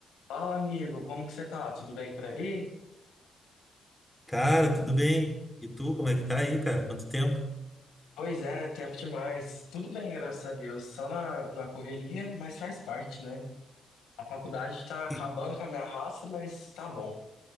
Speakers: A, on the left (about 85°); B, in the centre.
A: Fala, amigo, como que você tá? Tudo bem por aí?
B: Cara, tudo bem? E tu, como é que tá aí, cara? Quanto tempo?
A: Pois é, tempo demais. Tudo bem, graças a Deus. Só na, na correria, mas faz parte, né? A faculdade tá acabando
B: E-
A: com a minha raça, mas tá bom.